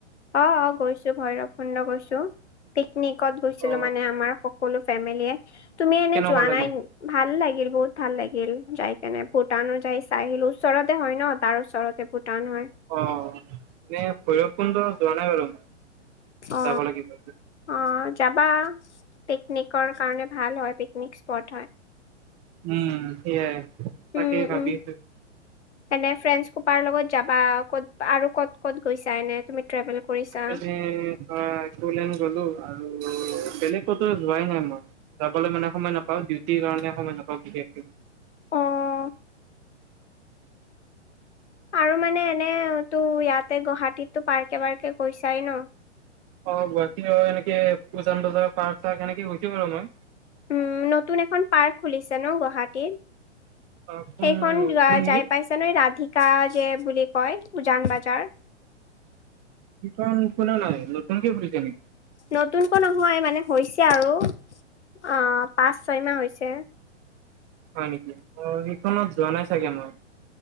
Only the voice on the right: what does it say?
অ
কেনেকুৱা
লাগিল
অ' এনে ভৈৰৱকুণ্ড যোৱা নাই বাৰু মই,
যাব লাগিব।
উম, সেইয়াই, তাকে
ভাবি
আছোঁ।
এনে ধৰা <unintelligible> গলো আৰু বেলেগ ক'তো যোৱাই নাই মই। যাবলৈ মানে সময় নাপাওঁ, ডিউটিৰ কাৰণে সময় নাপাওঁ বিশেষকে।
অ' গুৱাহাটী এনেকে উজান বজাৰ পাৰ্ক চাৰ্ক এনেকে গৈছোঁ বাৰু মই।
অ কোন
কোনখিনিত
অ', কুনে নাই নতুনকে খুলিছে নেকি?
হয় নেকি, অ', সেইখনত যোৱা নাই চাগে মই।